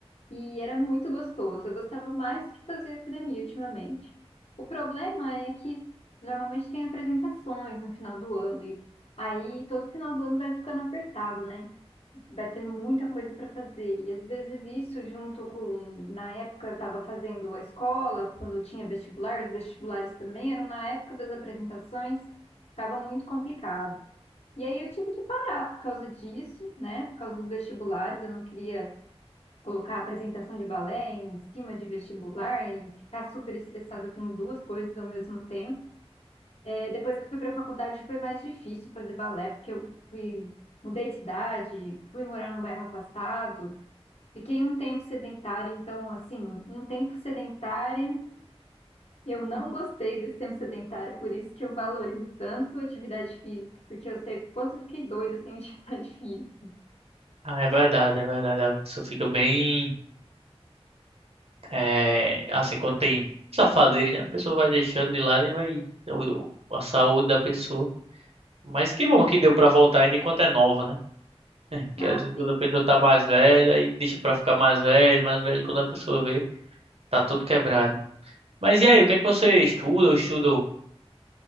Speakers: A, on the left; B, on the right.
A: E era muito gostoso. Eu gostava mais que fazer academia ultimamente. O problema é que normalmente tem apresentações no final do ano e aí todo final do ano vai ficando apertado, né? Vai tendo muita coisa para fazer. E às vezes isso junto com, na época eu estava fazendo a escola, quando eu tinha vestibular, os vestibulares também eram na época das apresentações, ficava muito complicado. E aí eu tive que parar por causa disso, né? Por causa dos vestibulares, eu não queria colocar a apresentação de balé em cima de vestibular e ficar super estressada com duas coisas ao mesmo tempo. É, depois que fui para a faculdade foi mais difícil fazer balé, porque eu fui, mudei de idade, fui morar num bairro afastado, fiquei um tempo sedentária, então, assim, um tempo sedentária. Eu não gostei desse tempo sedentário, por isso que eu valorizo tanto a atividade física, porque eu sei quanto eu fiquei doida sem <laughs> atividade física.
B: Ah, é verdade, é verdade. A pessoa fica bem. É, assim, quando tem os né? A pessoa vai deixando de lado e vai. o- A saúde da pessoa. Mas que bom que deu pra voltar ainda enquanto é nova, né? Que
A: Ah,
B: às vezes
A: sim.
B: quando a pessoa tá mais velha e deixa pra ficar mais velho, mais velho, quando a pessoa vê, tá tudo quebrado. Mas e aí, o que é que você estuda ou estudou?